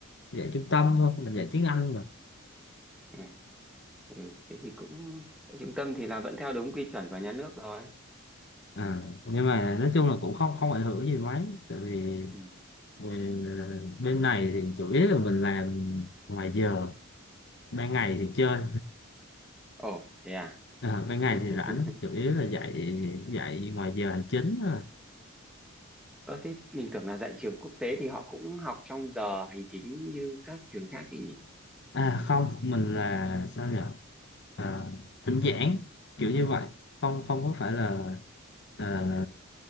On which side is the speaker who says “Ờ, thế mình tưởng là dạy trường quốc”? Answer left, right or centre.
Centre